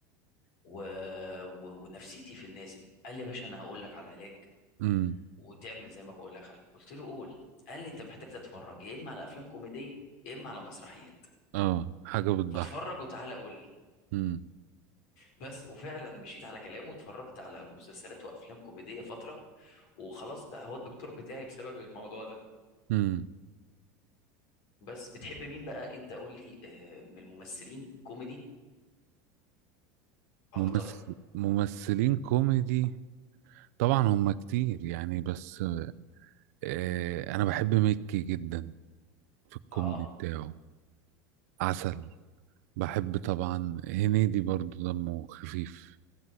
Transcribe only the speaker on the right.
امم
اه حاجة بتضحك
امم
امم
ممثل ممثلين كوميدي طبعا هم كتير يعني بس آه انا بحب مكي جدا في الكوميدي
بتاعه عسل بحب طبعا هنيدي برضو دمه خفيف